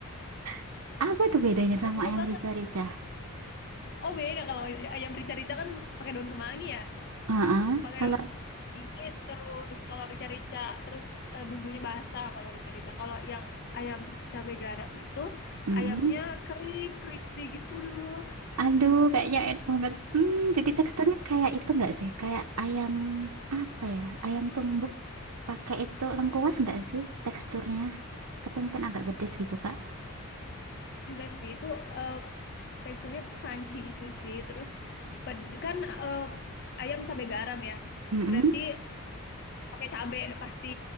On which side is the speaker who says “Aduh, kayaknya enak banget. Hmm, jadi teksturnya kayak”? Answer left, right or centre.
Right